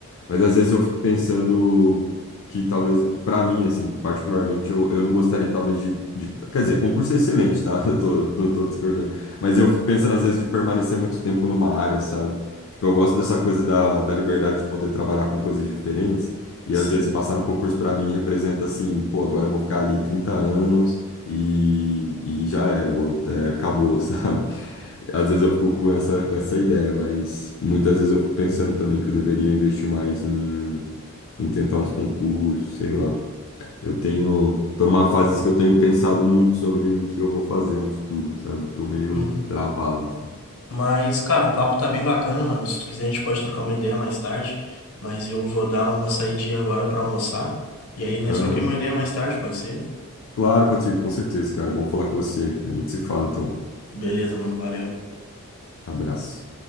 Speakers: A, on the left; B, on the left.
A: Mas às vezes eu fico pensando que talvez, pra mim, assim, particularmente, eu, eu não gostaria talvez de, de- Quer dizer, concurso é excelente, tá? <laughs> Eu tô, não tô discordando. Mas eu fico pensando às vezes de permanecer muito tempo numa área, sabe? Tipo, eu gosto dessa coisa da, da liberdade de poder trabalhar com coisas diferentes. E
B: sim.
A: às vezes passar no concurso pra mim representa assim, pô, agora eu vou ficar ali 30 anos e, e já era, eu vou- é, acabou, <laughs> sabe? Às vezes eu fico com essa, com essa ideia, mas muitas vezes eu fico pensando também que eu deveria investir mais em, em tentar uns concursos, sei lá. Eu tenho, tô numa fase assim que eu tenho pensado muito sobre o que eu vou fazer no futuro, sabe? Tô meio
B: Uhum.
A: travado, assim.
B: Mas, cara, o papo tá bem bacana, mano. Se tu quiser, a gente pode trocar uma ideia mais tarde. Mas eu vou dar uma saidinha agora pra almoçar. E aí nós
A: Aham.
B: troquemos uma ideia mais tarde, pode ser?
A: Claro, Patrick, com certeza, cara. Bom falar com você. A gente se fala, então.
B: Beleza, mano. Valeu.
A: Abraço.